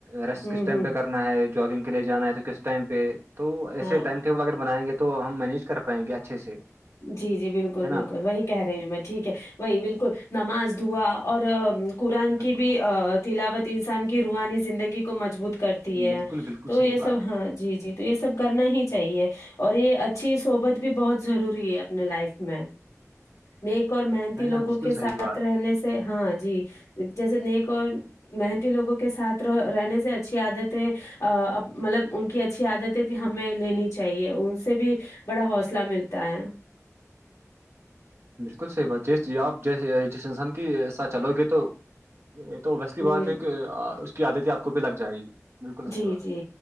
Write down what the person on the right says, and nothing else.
ریسٹ
کس ٹائم
پہ کرنا ہے جاگنگ کے لیے جانا ہے تو کس ٹائم پہ تو ایسے
ٹائم اگر بناے گے تو ہم مینیج کر پائیں گے اچھے سے
نا
بالکل
بالکل
بالکل بالکل
صحیح
بات
ہے
نا بالکل
صحیح بات
بالکل صحی بات جی جی آپ جس جس انسان کے ساتھ چلو گے تو یہ تو اویسلی
بات ہے کہ اس کی عادتیں آپ کو بھی لگ جائے گی بالکل صحیح
بات